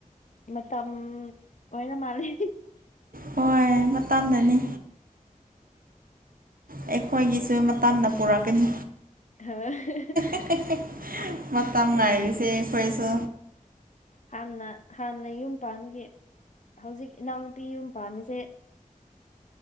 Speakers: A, on the left; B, on the right.
A: ꯃꯇꯝ ꯂꯣꯏꯅ ꯃꯥꯥꯟꯅꯩ
B: ꯍꯣꯏ ꯃꯇꯝꯅꯅꯤ ꯑꯩꯈꯣꯏꯒꯤꯁꯨ ꯃꯇꯝꯅ ꯄꯨꯔꯛꯀꯅꯤ
A: ꯍꯥ
B: <unintelligible> ꯃꯠꯇ ꯑꯃ ꯉꯥꯏ ꯍꯥꯏꯔꯤꯁ ꯐꯣꯏꯁꯨ
A: ꯍꯥꯟꯅ ꯍꯥꯟꯅ ꯌꯨꯝ ꯄꯒꯤ ꯍꯧꯖꯤꯛ ꯏꯅꯥꯎꯅꯨꯄꯤ ꯌꯨꯝ ꯄꯥꯟꯕꯁꯦ